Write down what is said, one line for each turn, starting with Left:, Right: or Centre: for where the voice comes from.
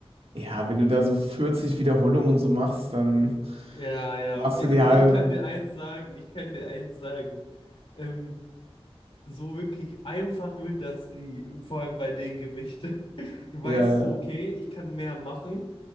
Right: Ja, wenn du da so 40 Wiederholungen und so machst, dann
Left: Ja, ja,
Right: machst
Left: okay.
Right: du die
Left: Also
Right: halbe.
Left: ich kann dir eins sagen, ich kann dir eins sagen. Ähm, so wirklich einfach wird das nie, vor allem bei den Gewichten. <laughs> Du
Right: Ja,
Left: weißt so, okay, ich kann mehr machen,